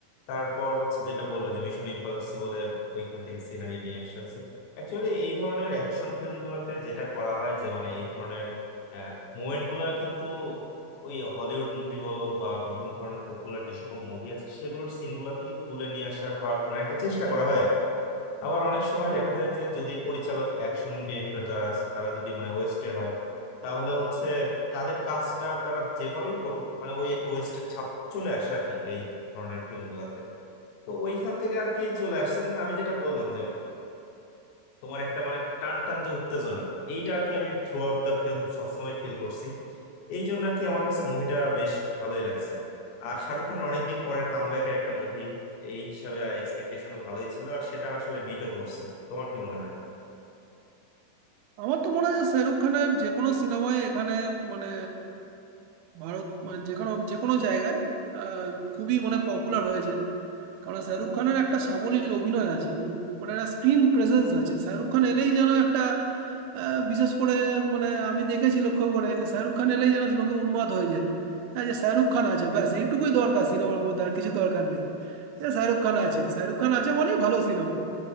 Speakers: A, on the left; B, on the right.
A: তারপর হচ্ছে যেটা বললা যে মিশন ইম্পসিবল এর ওইখান থেকে সিনারি নিয়ে আসা হয়েছে অ্যাকচুয়ালি এই ধরনের অ্যাকশন ফিল্মগুলোতে যেটা করা হয় যে মানে এই ধরনের মোমেন্ট গুলা কিন্তু ওই হলিউড মুভি বলো বা বিভিন্ন ধরনের পপুলার যে সকল মুভি আছে সেগুলোর সিন গুলা থেকে তুলে নিয়ে আসা হওয়ার মানে একটা চেষ্টা করা হয় আর কি আবার অনেক সময়
B: হুম
A: দেখা যায় যে যদি পরিচালক অ্যাকশন ডিরেক্টর যারা আছে তারা যদি মানে ওয়েস্টের হয় তাহলে হচ্ছে তাদের কাজটা তারা যেভাবেই করুক মানে ওই একটা ওয়েস্টের ছাপ চলে আসে আর কি এই ধরনের ফিল্মগুলাতে তো ওইখান থেকে আর কি চলে আসছে কিন্তু আমি যেটা বললাম তোমার একটা মানে টান টান যে উত্তেজনা এইটা আর কি আমি থ্রু আউট দ্য ফিল্ম সবসময় ফিল করছি এই জন্য আর কি আমার কাছে মুভিটা বেশ ভালোই লাগছে আর শাহরুখ খানের অনেকদিন পরের কামব্যাকের একটা মুভি এই হিসাবে এক্সপেকটেশনও ভালোই ছিল আর সেটা আসলে মিটও করছে তোমার কি মনে হয়
B: আমার তো মনে হয় যে শাহরুখ খানের যে কোনো সিনেমায় এখানে মানে ভারত মানে যে কোনো যে কোনো জায়গায় আহ, খুবই মানে পপুলার হয়েছে কারণ শাহরুখ খানের একটা সাবলীল অভিনয় আছে এবং মানে একটা স্ক্রিন প্রেজেন্স আছে শাহরুখ খান এলেই যেন একটা আহ, বিশেষ করে মানে আমি দেখেছি লক্ষ্য করে যে শাহরুখ খান এলেই যেন লোকে উন্মাদ হয়ে যায় হ্যাঁ যে শাহরুখ খান আছে ব্যাস এইটুকুই দরকার সিনেমার মধ্যে আর কিছু দরকার নেই যে শাহরুখ খান আছে শাহরুখ খান আছে মানেই ভালো সিনেমা